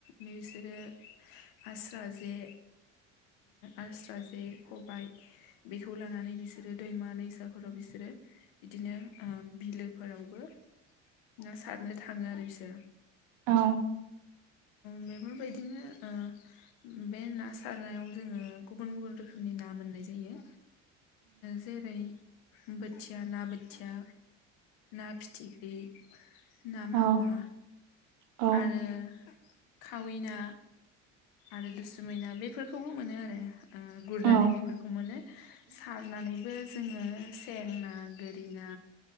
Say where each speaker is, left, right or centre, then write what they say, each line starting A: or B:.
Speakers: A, on the left; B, on the right.
A: बिसोरो आस्रा जे आस्रा जे खबायाइ बेखौ लानानै बिसोरो दैमा दैसाफोराव बिसोरो बिदिनो बिलोफोरावबो ना सारनो थाङो आरो बिसोर
B: औ
A: बेफोरबायदिनो बे ना सारनायाव जोङो गुबुन गुबुन रोखोमनि ना मोननाय जायो जेरै बोथिया ना बोथिया ना फिथिख्रि ना
B: औ
A: मावा
B: औ
A: आरो खावैना
B: <inaudible>
A: आरो दुसुमै ना बेफोरखौबो मोनो आरो गुरनानै
B: औ
A: बेफोरखौ मोनो सा सारनानैबो जोङो सें ना गोरि ना